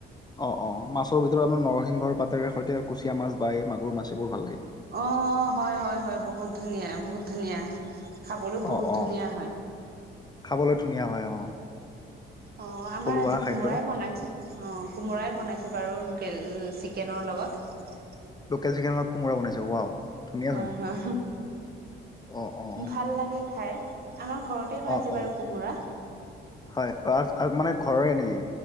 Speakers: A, on the left; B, on the right.
A: অ অ মাছৰ ভিতৰত আপোনাৰ নৰসিংহৰ পাতেৰে সৈতে কুচিয়া মাছ বা এই মাগুৰ মাছ এইবোৰ ভাল লাগে।
B: অ হয় হয় হয় বহুত ধুনীয়া বহুত ধুনীয়া। খাবলৈ বহুত
A: অ',
B: ধুনীয়া
A: অ',
B: হয়।
A: খাবলৈ ধুনীয়া হয় অ।
B: অ' আমাৰ
A: থলুৱা
B: আজি
A: খাদ্য
B: কোমোৰাই বনাইছে। অ' কোমোৰাই বনাইছে বাৰু লোকেল চিকেনৰ লগত।
A: লোকেল চিকেনত কোমোৰা বনাইছে ৱাও। ধুনীয়াচোন
B: হয় হয়,
A: অ', অ',
B: ভাল লাগে খাই। আমাৰ ঘৰতে হৈ
A: অ',
B: আছে বাৰু
A: অ',
B: কোমোৰা।
A: হয় মানে ঘৰৰে নেকি?